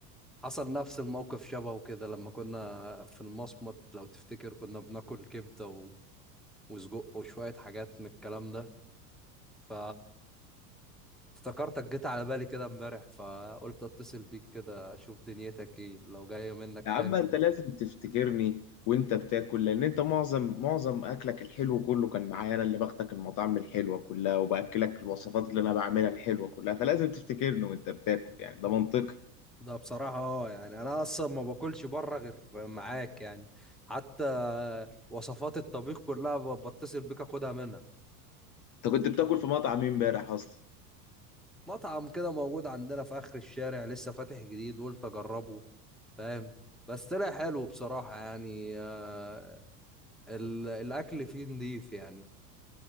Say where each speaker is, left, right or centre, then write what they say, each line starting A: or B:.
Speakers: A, in the centre; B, on the left.
A: حصل نفس الموقف شبهه كده لما كنا في المصمت لو تفتكر كنا بناكل كبدة و- وسجق وشوية حاجات من الكلام ده ف افتكرتك جيت على بالي كده امبارح فقلت اتصل بيك كده اشوف دنيتك ايه لو جاية منك
B: يا
A: تاني
B: عم انت لازم تفتكرني وانت بتاكل لان انت معظم معظم اكلك الحلو كله كان معايا انا اللي باخدك المطاعم الحلوه كلها وباكلك الوصفات اللي انا بعملها الحلوه كلها فلازم تفتكرني وانت بتاكل يعني ده منطقي
A: ده بصراحة اه يعني أنا أصلا ما باكلش بره غير معاك يعني حتى وصفات الطبيخ كلها ب- بتصل بيك أخدها منها
B: انت كنت بتاكل في مطعم مين امبارح اصلا
A: مطعم كده موجود عندنا في آخر الشارع لسه فاتح جديد قلت أجربه فاهم بس طلع حلو بصراحة يعني آه، ال- الأكل فيه نضيف يعني